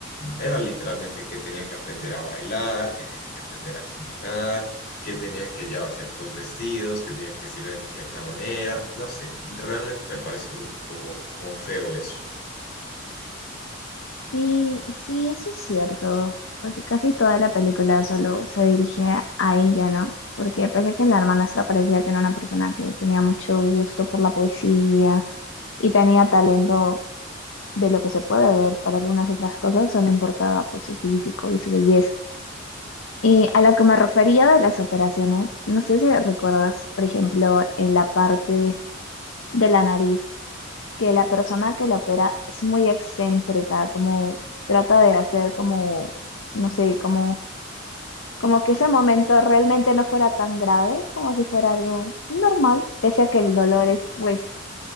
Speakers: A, on the left; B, on the left.
A: Era literalmente que tenía que aprender a bailar, que tenía que aprender a caminar, que tenían que llevar ciertos vestidos, que tenían que ir de cierta manera, no sé, realmente me pareció un poco como feo eso.
B: Sí, sí, eso es cierto, porque casi toda la película solo se dirigía a ella, ¿no? Porque pese a que la hermanastra parecía que era una persona que tenía mucho gusto por la poesía y tenía talento de lo que se puede ver para algunas otras cosas, solo importaba pues su físico y su belleza. Y a lo que me refería de las operaciones, no sé si recuerdas, por ejemplo, en la parte de la nariz que la persona que lo opera es muy excéntrica, como trata de hacer como, no sé, como, como que ese momento realmente no fuera tan grave, como si fuera algo normal, pese a que el dolor es pues